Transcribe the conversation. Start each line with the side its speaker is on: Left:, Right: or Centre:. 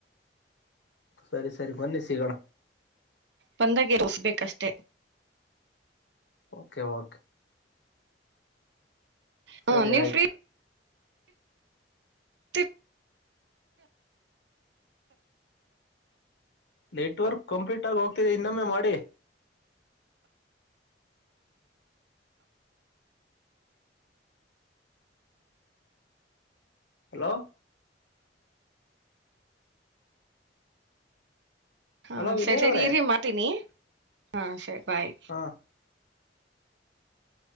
Left: ಸರಿ ಸರಿ ಬನ್ನಿ ಸಿಗೋಣ.
Right: ಬಂದಾಗೆ <unintelligible> ಅಷ್ಟೇ.
Left: Okay okay.
Right: ಹ
Left: ಸರಿ
Right: ನೀವ್
Left: ಆಯ್ತು.
Right: ಫ್ರೀ ಇರ್ತೀರಲ್ಲ.
Left: ನೆಟ್ವರ್ಕ್ ಕಂಪ್ಲೀಟ್ ಆಗ ಹೋಗ್ತಿದೆ ಇನ್ನೊಮ್ಮೆ ಮಾಡಿ. ಹಲೋ.
Right: ಹಾ
Left: ಹಲೋ ವಿನಯ್
Right: ಸರಿ ಸರಿ
Left: ಅವ್ರೇ
Right: ಇರಿ ಮಾಡ್ತನಿ ಹಾ ಸರಿ. ಬಾಯ್
Left: ಹಾ